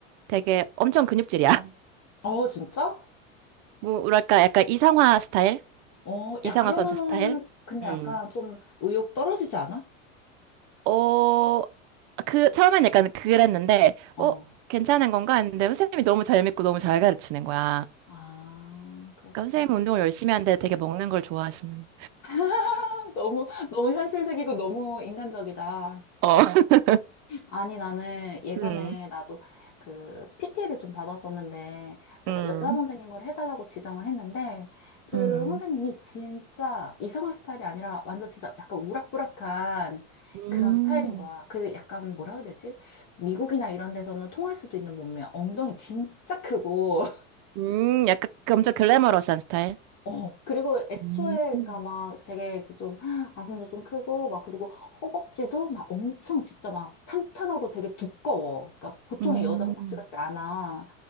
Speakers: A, on the right; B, on the left.
A: 되게 엄청 근육질이야. <laughs>
B: 어, 진짜?
A: 뭐랄까, 약간 이성화 스타일?
B: 어,
A: 이상화
B: 야, 그러면은,
A: 선수 스타일?
B: 근데
A: 음.
B: 약간 좀 의욕 떨어지지 않아?
A: 어, 그, 처음엔 약간 그랬는데,
B: 어.
A: 어, 괜찮은 건가 했는데, 선생님이 너무 잘 믿고 너무 잘 가르치는 거야.
B: 아, 그렇구나.
A: 그러니까 선생님 운동을 열심히 하는데 되게 먹는 걸 좋아하시는.
B: <laughs> 너무, 너무 현실적이고 너무 인간적이다.
A: 어, <laughs>
B: 아니, 나는 예전에
A: 음,
B: 나도 그 PT를 좀 받았었는데, 내가
A: 음,
B: 여자 선생님을 해달라고 지정을 했는데, 그
A: 음.
B: 선생님이 진짜 이상한 스타일이 아니라 완전 진짜 약간 우락부락한
A: 음.
B: 그런 스타일인 거야. 그 약간 뭐라 해야 되지? 미국이나 이런 데서는 통할 수도 있는 몸매, 엉덩이 진짜 크고,
A: 음, 약간 그 엄청 글래머러스한 스타일?
B: 어, 그리고 애초에,
A: 음.
B: 그니까 막 되게 이제 좀 가슴도 좀 크고, 막 그리고 허벅지도 막 엄청 진짜 막 탄탄하고 되게 두꺼워. 그니까 보통의
A: 음.
B: 여자 허벅지 같지 않아.